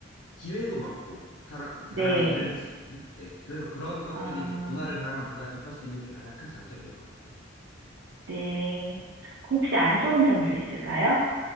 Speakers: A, on the left (about 80°); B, on the right (about 65°).
A: 기회도 많고 사라,
B: 네.
A: 다양한 일을 할 수 있는 네 그래서 그런 것들이
B: 아,
A: 이제 문화를 다양한 문화를 접할 수 있는 게 가장 큰 장점인 것 같아요.
B: 네. 혹시 안 좋은 점도 있을까요?